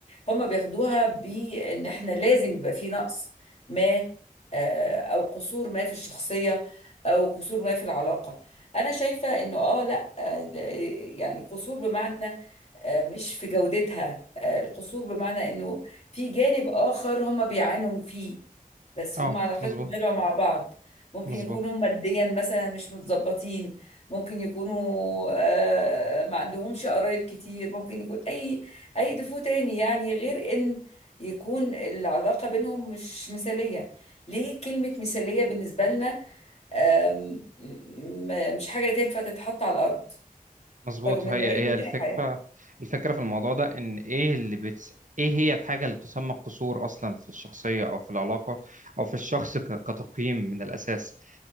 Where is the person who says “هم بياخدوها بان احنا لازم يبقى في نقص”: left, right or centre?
Left